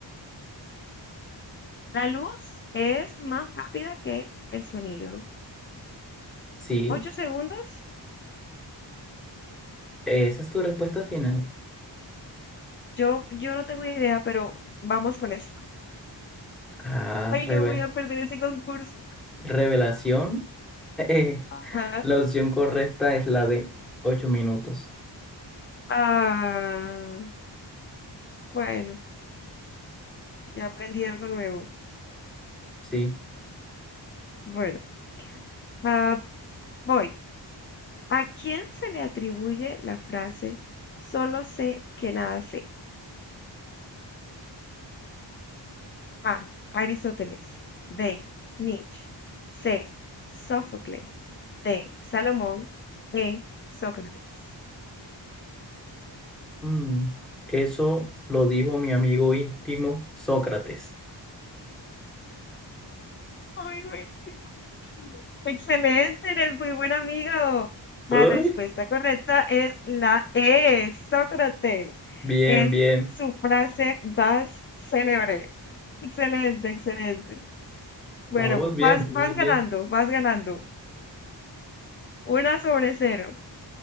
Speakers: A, on the left; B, in the centre.
A: La luz es más rápida que el sonido.
B: Sí,
A: ¿Ocho segundos?
B: esa es tu respuesta final.
A: Yo, yo no tengo idea, pero vamos con eso.
B: Ah,
A: Ay,
B: reve-
A: no voy a perder ese concurso.
B: revelación. <laughs> Eh,
A: <laughs>
B: la opción correcta es la de 8 minutos.
A: Ah, bueno, ya aprendí algo nuevo.
B: Sí.
A: Bueno, ah, voy. ¿A quién se le atribuye la frase solo sé que nada sé? A. Aristóteles. B. Nietzsche. C. Sófocles. D. Salomón. E. Sócrates.
B: Mm, Eso lo dijo mi amigo íntimo Sócrates.
A: Ay, buenísimo. Excelente, eres muy buen amigo. La
B: Ay,
A: respuesta correcta es la E, Sócrates.
B: bien,
A: Es
B: bien.
A: su frase más célebre. Excelente, excelente. Bueno,
B: Vamos bien,
A: vas,
B: vamos
A: vas ganando,
B: bien.
A: vas ganando. Una sobre cero.